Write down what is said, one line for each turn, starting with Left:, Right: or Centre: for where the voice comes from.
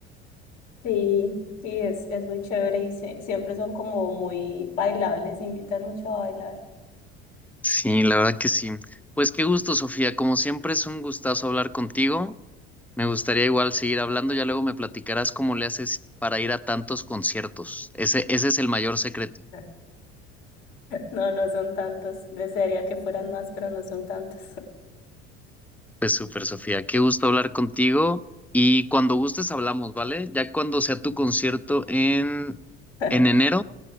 Left: sí, sí, es, es muy chévere y se- siempre son como muy bailables, invitan mucho a bailar.
Centre: Sí, la verdad que sí. Pues qué gusto, Sofía. Como siempre es un gustazo hablar contigo. Me gustaría igual seguir hablando. Ya luego me platicarás cómo le haces para ir a tantos conciertos. Ese, ese es el mayor secreto.
Left: <laughs> No, no son tantos. Desearía que fueran más, pero no son tantos.
Centre: Pues súper, Sofía. Qué gusto hablar contigo. Y cuando gustes hablamos, ¿vale? Ya cuando sea tu concierto en,
Left: <laughs>
Centre: en enero,